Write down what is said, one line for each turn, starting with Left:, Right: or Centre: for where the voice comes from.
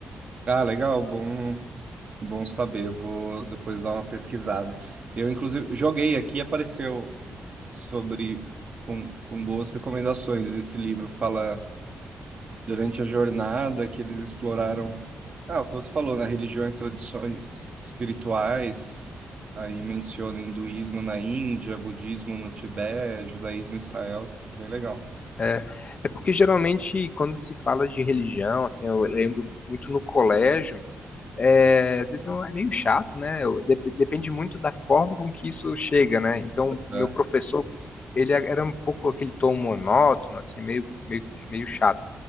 Right: Ah, legal, bom bom saber. Eu Vou depois dar uma pesquisada. Eu inclusive joguei aqui, apareceu sobre com, com boas recomendações esse livro. Fala durante a jornada que eles exploraram, ah, o que você falou, né? Religiões, tradições espirituais, aí menciona hinduísmo na Índia, budismo no Tibete, judaísmo em Israel, bem legal.
Left: É, é porque geralmente quando se fala de religião, assim, eu lembro muito no colégio, é, às vezes é um, é meio chato, né? Dep- Depende muito da forma com que isso chega, né? Então,
Right: Aham,
Left: meu professor, ele era um pouco aquele tom monótono, assim, meio, meio, meio chato.